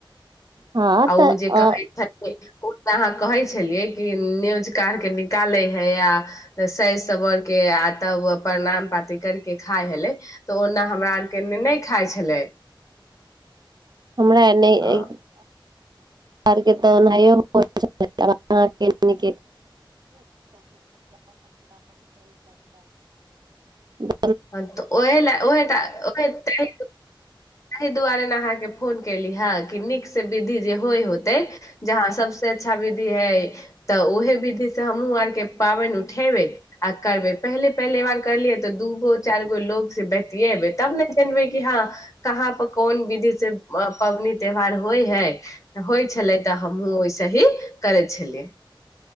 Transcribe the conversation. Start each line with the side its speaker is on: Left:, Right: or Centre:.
Right: हँ
Left: आ
Right: तऽ
Left: ओ जे कहै
Right: अ
Left: छलै ओ त अहाँ कहै छलियै कि न्योज का क निकालै हे आ सरि सबरके आ तब प्रणाम पाती करके खाइ छलै तऽ ओना हमरा आरके नहि खाइ छलै
Right: हमरा एनहि
Left: हँ
Right: हमरा आर के ओनाहि होइ छलै आब अहाँ आर के एने की <unintelligible>
Left: ह तऽ ओह ल ओहे तऽ ओह तऽ तहि ताहि दुआरे ने अहाँके फोन कली हँ कि नीकसँ विधि जे होइ होतै जहाँ सभसँ अच्छा विधि हइ तऽ उहे विधि से हमहुँ आरके पाबनि उठेबै आ करबै पहिले पहले बार करलियै तऽ दूगो चारि गो लोग से बतियेबै तब ने जनबै कि हँ कहाँ पर कोन विधि से पबनी त्योहार होइ है होइ छलै तऽ हमहूँ ओहिसे ही करै छलियै